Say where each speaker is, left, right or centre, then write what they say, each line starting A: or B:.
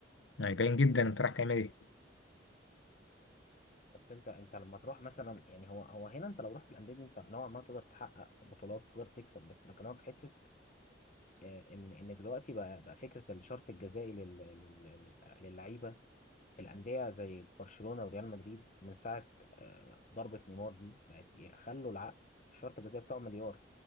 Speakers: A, on the left; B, on the left.
A: يعني باين جدا انت رايح تعمل ايه؟
B: بس أنت أنت لما تروح مثلا يعني هو هو هنا أنت لو رحت الأندية دي أنت نوعا ما تقدر تحقق بطولات تقدر تكسب بس بكلمك في حتة آه، إن إن دلوقتي بقى بقى فكرة الشرط الجزائي لل- لل- لل- للعيبة الأندية زي برشلونة وريال مدريد من ساعة آه، ضربة نيمار دي بقت يخلوا العقد الشرط الجزائي بتاعه مليار